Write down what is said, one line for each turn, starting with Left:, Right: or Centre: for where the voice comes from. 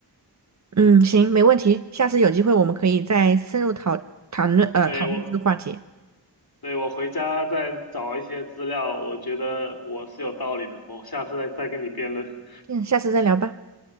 Right: 嗯，行，没问题。下次有机会我们可以再深入讨讨论呃讨论这个话题。
Left: 对，我，对，我回家再找一些资料，我觉得我是有道理的，我下次再再跟你辩论。<laughs>
Right: 嗯，下次再聊吧，